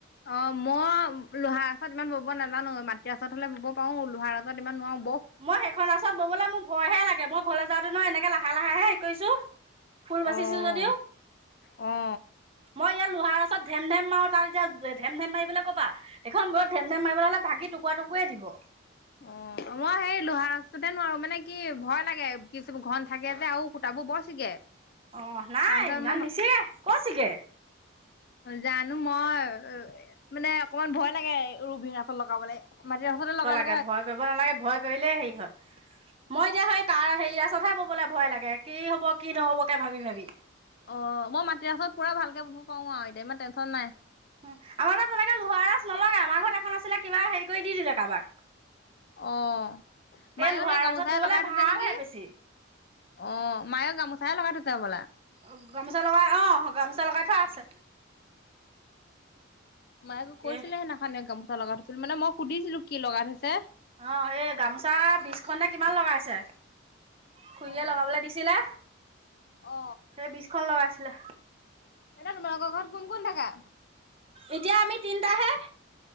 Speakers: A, on the left (about 50°); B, on the right (about 30°).
A: অ মই লোহাৰ ৰাচত ইমান বব নাজানো মাটিৰ ৰাচত হলে বব পাৰো লোহাৰ ৰাচত ইমান নোৱাৰোঁ।
B: মই সেইখন ৰাচত ববলৈ মোৰ ভয়হে লাগে, মই ঘৰলৈ যাওঁতে নহয় এনেকে লাহে লাহেহে হেৰি কৰিছো। ফুল বাচিছো
A: অ'
B: যদিও
A: অ'।
B: অ' ইয়াত লোহাৰ ৰাচত ধেম ধেম মাৰো তাৰ এতিয়া ধেম ধেম মাৰিবলে ক'বা। এইখন বৰ ধেম ধেম মাৰিবলে হলে ভাগি টুকুৰা টুকৰি হৈ থাকিব।
A: অ' মই সেই লোহাৰ ৰাচটোতে নোৱাৰো মানে কি ভয় লাগে কিছু ঘন থাকে যে আৰু সুতাবোৰ বৰ চিগে।
B: অ নাই
A: তাৰপিছত
B: ইমান
A: মই,
B: নিচিগে কচিগে
A: জানো মই মানে অকমান ভয় লাগে ৰবি ৰাসত লগাবলে মাটিৰ ৰাচতে লগাই ল
B: কে ভয় কৰিব নালাগে ভয় কৰিলে হেৰি হয়। মই এতিয়া সৈ তাৰ হেৰি আছতহে ববলৈ ভয় লাগে কি হব কি নহব কে ভাবি ভাবি।
A: অ' মই মাটি ৰাছত পুৰা ভালকে বব পাৰো আৰু এতিয়া মই টেনশ্যন নাই।
B: আমাৰ তাত তেনেকে লোহাৰাজ নলগাই আমাৰ ঘৰত এখন আছিলে কিবা হেৰি কৰি দি দিলে কাৰোবাক।
A: অ' মায়েও
B: এই লোহাৰ
A: সেই গামোচাই
B: আচৰত ববলৈ
A: লগাই থৈছে
B: ভালহে
A: নেকি?
B: বেছি
A: অ' মায়েও গামোচাই লগাই থৈছে হবলা?
B: অ গামোচা লগাই অ গামোচা লগাই থোৱা আছে।
A: মায়ে মোক কৈছিলে
B: এ
A: সেইদিনাখনে গামো চা লগাই থৈছিল। মানে মই সুধিছিলো কি লগাই থৈছে?
B: অ' সেই গামোচা বিছ খননে কিমান লগাইছে। খুৰীয়ে
A: অ',
B: লগাবলে দিছিলে।
A: অ
B: সেই বিছখন লগাইছিলে।
A: এতিয়া তোমালোকৰ ঘৰত কোন কোন থাকা?
B: এতিয়া আমি তিনটাহে।